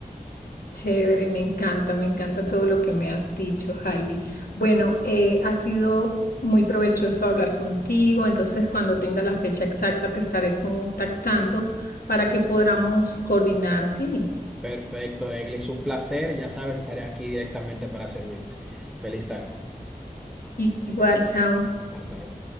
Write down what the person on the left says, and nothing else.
Chévere, me encanta, me encanta todo lo que me has dicho, Javi. Bueno, eh, ha sido muy provechoso hablar contigo, entonces cuando tenga la fecha exacta te estaré contactando para que podamos coordinar, sí.
I- Igual, chao.